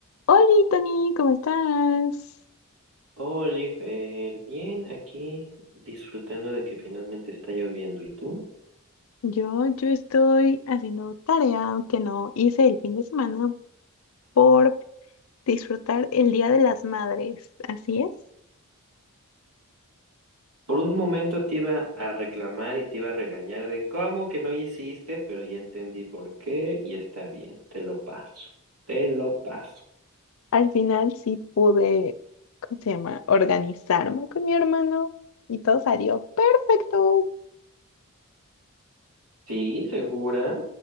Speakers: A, on the left; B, on the right.
A: Hola, Tony, ¿cómo estás?
B: Oliver, bien, aquí disfrutando de que finalmente está lloviendo. ¿Y tú?
A: Yo, yo estoy haciendo tarea que no hice el fin de semana por disfrutar el Día de las Madres. Así es.
B: Por un momento te iba a reclamar y te iba a regañar de cómo que no hiciste, pero ya entendí por qué y está bien, te lo paso, te lo paso.
A: Al final sí pude, ¿cómo se llama? Organizarme con mi hermano y todo salió perfecto.
B: ¿Sí? ¿Segura?